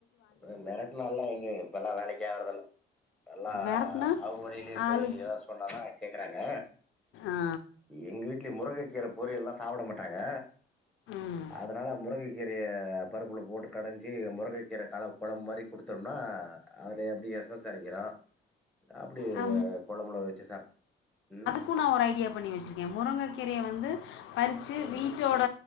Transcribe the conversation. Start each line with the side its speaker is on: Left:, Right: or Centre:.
Centre: அ மெரட்னால வந்து இப்பல்லா வேளேக்கே ஆகுறதில்ல எல்லா
Left: மிரட்டுனா
Centre: அவுங்க வழியிலே போய்
Left: அழு
Centre: ஏதாவ்து சொன்னாதா கேக்குறாங்க
Left: ஆ
Centre: எங்க வீட்ல முருங்க கீர பொரியல்லா சாப்ட மாட்டாங்க
Left: ம்
Centre: அதனால முருங்கைக்கீரைய பருப்புல போட்டு கடஞ் சி முருங்க கீர கலவு கொழம்பு மாரி குடுத்தோனா அதுல எப்டி எஸ்ஸஸ் எறங்கிறு அப்டி
Left: ஆ
Centre: கொழம்புல வச்சு சாப் உம்
Left: கு நா ஒரு ஐடியா பண்ணி வச்சிருக்கே முருங்கக்கீரய வந்து பறிச்சு
Centre: ம்,
Left: வீட்டோட